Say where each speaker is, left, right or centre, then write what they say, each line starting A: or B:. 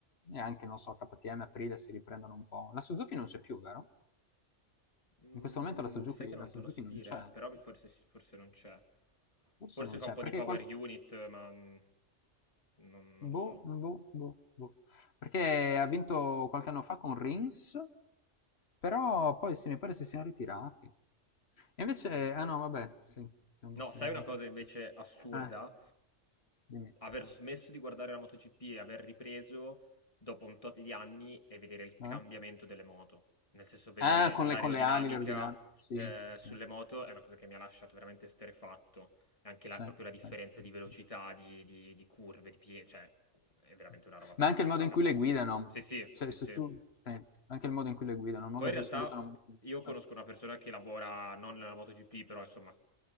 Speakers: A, on the left; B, on the left.
A: eh, e, anche, non so, KTM, Aprilia si riprendano un po'. La Suzuki non c'è più, vero?
B: Mm,
A: In questo momento la Suzuki,
B: sai che
A: la
B: non
A: Suzuki
B: te lo so
A: non
B: dire?
A: c'è,
B: Però mi- forse, forse non c'è.
A: forse
B: Forse
A: non
B: fa
A: c'è,
B: un po'
A: perché
B: di power
A: qual-
B: unit, ma mm, non, non lo
A: boh,
B: so.
A: boh, boh, boh. Perché ha vinto qualche anno fa con Rins, però poi sì, mi pare si siano ritirati. E invece,
B: Mm.
A: eh, ah no, vabbè, sì, stiamo,
B: No,
A: stiamo
B: sai una
A: molto
B: cosa invece
A: giù.
B: assurda?
A: Ah, dimmi.
B: Aver smesso di guardare la MotoGP e aver ripreso dopo un tot di anni e vedere il cambiamento
A: Ah?
B: delle moto. Nel senso, vedere
A: Ah, con
B: l'aerodinamica
A: le, con le ali, le ordinanze. Sì,
B: eh,
A: sì,
B: sulle moto è una cosa che mi ha lasciato veramente esterrefatto anche la,
A: sì,
B: proprio la differenza
A: sì, sì,
B: di
A: sì,
B: velocità,
A: sì,
B: di, di- di curve, di piedi, cioè è veramente
A: sì.
B: una roba pazzesca.
A: Ma anche il modo in cui le guidano.
B: Sì, sì,
A: Cioè,
B: sì,
A: se
B: sì.
A: tu... sì, anche il modo in cui le guidano, il modo
B: Poi in
A: in
B: realtà
A: cui si buttano...
B: io conosco
A: Ah,
B: una persona che lavora non nella MotoGP, però insomma s-